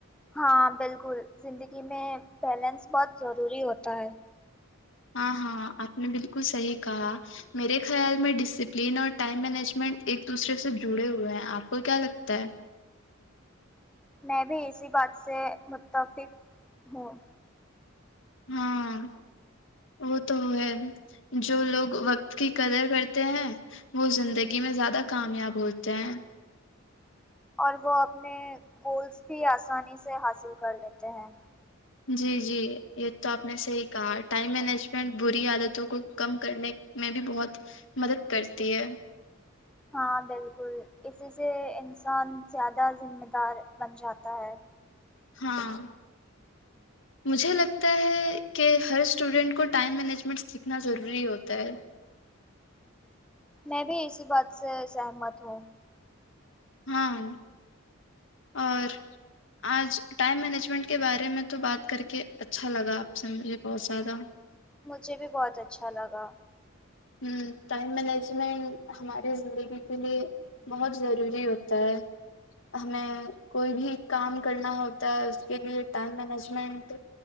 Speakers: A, in the centre; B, on the left.
A: ہاں بالکل زندگی میں بیلنس بہت ضروری ہوتا ہے
B: ہاں ہاں آپ نے بالکل صحیح کہا میرے خیال میں ڈسپلین اور ٹائم مینجمنٹ ایک دوسرے سے جڑے ہوئے ہیں آپ کو کیا لگتا ہے
A: میں بھی اسی بات سے متفق ہوں
B: ہاں وہ تو ہے جو لوگ وقت کی قدر کرتے ہیں وہ زندگی میں زیادہ کامیاب ہوتے ہیں
A: اور وہ اپنے گولس بھی آسانی سے حاصل کر لیتے ہیں
B: جی جی یہ تو آپ نے صحیح کہا ٹائم مینجمنٹ بری عادتوں کو کم کرنے میں بھی بہت مدد کرتی ہے
A: ہاں بالکل اسی سے انسان زیادہ ذمہ دار بن جاتا ہے
B: ہاں مجھے لگتا ہے کہ ہر اسٹوڈینٹ کو ٹائم مینجمنٹ سیکھنا ضروری ہوتا ہے
A: میں بھی اسی بات سے سہمت ہوں
B: ہاں اور آج ٹائم مینجمنٹ کے بارے میں تو بات کر کے اچھا لگا آپ سے مجھے بہت زیادہ
A: مجھے بھی بہت اچھا لگا
B: ہوں ٹائم مینجمنٹ ہمارے زندگی کے لیے بہت ضروری ہوتا ہے ہمیں کوئی بھی کام کرنا ہوتا ہے اس کے لیے ٹائم مینجمنٹ